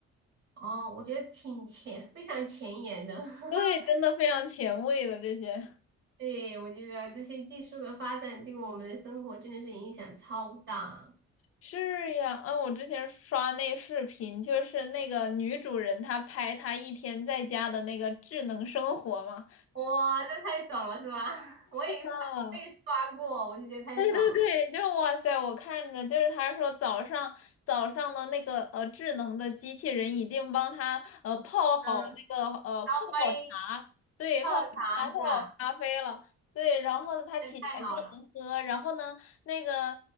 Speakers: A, on the right; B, on the left.
A: 哦，我觉得挺前，非常前沿的。<laughs>
B: 对，真的非常前卫的这些。
A: 对，我觉得这些技术的发展对我们的生活真的是影响超大。
B: 是呀，嗯，我之前刷那视频，就是那个女主人她拍她一天在家的那个智能生活嘛。
A: 哇，这太爽了是吧？<laughs> 我也
B: 啊，
A: 我也刷过，我就觉得太爽了。
B: 对对对，就哇塞！我看着就是他说早上早上的那个呃智能的机器人已经帮他呃泡好那个呃泡好茶，
A: 嗯，烧杯
B: 对，
A: 泡茶是吧？
B: 泡好茶泡好咖啡了，对，然后呢他起来就能喝，
A: 这太好了。
B: 然后呢那个